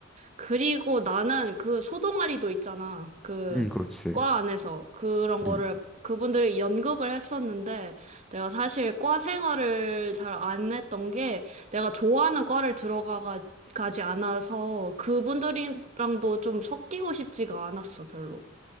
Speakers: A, on the right (about 35°); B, in the centre.
A: 그리고 나는 그 소동아리도 있잖아. 그
B: 음, 그렇지.
A: 과 안에서 그런 거를
B: 음.
A: 그분들이 연극을 했었는데 내가 사실 과 생활을 잘 안 했던 게 내가 좋아하는 과를 들어가 가지 않아서 그분들이랑도 좀 섞이고 싶지가 않았어, 별로.